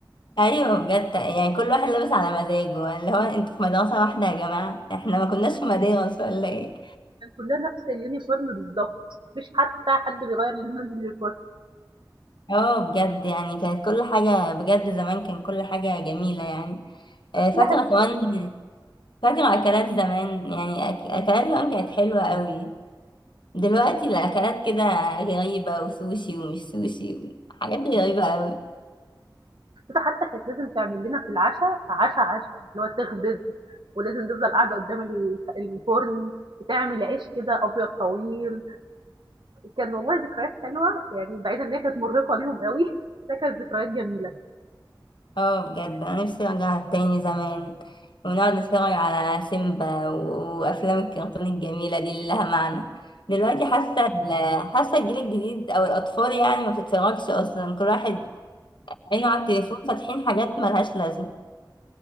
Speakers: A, on the left; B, on the right.
A: ايوه بجد يعني كل واحد لابس على مزاجه اللي هو انتوا في مدرسه واحده يا جماعه احنا ما كناش في مدارس ولا ايه
B: كان كلنا نفس اليونيفورم بالضبط، ما فيش حتى حد بيغيّر لون اليونيفورم،
A: اه بجد يعني كانت كل حاجه بجد زمان كان كل حاجه جميله يعني آه، فاكره
B: كل حتة
A: كمان فاكره اكلات زمان يعني أك- اكلات زمان كانت حلوه قوي دلوقتي الاكلات كده غريبه وسوشي ومش سوشي وحاجات غريبه قوي
B: حتى كانت لازم تعمل لنا في العشا عشا عشا، اللي هو تخبز ولازم تفضل قاعدة قدّام الف الفرن، وتعمل عيش كده أبيض طويل، كان والله ذكريات حلوة يعني بعيد إن هي كانت مرهقة ليهم أوي، بس هي كانت ذكريات جميلة.
A: اه بجد انا نفسي ارجع تاني زمان ونقعد نتفرج على سيمبا و- وافلام الكرتون الجميله دي اللي لها معنى دلوقتي حاسه ال- حاسه الجيل الجديد او الاطفال يعني ما بتتفرجش اصلا كل واحد عينه على التليفون فاتحين حاجات ملهاش لازمه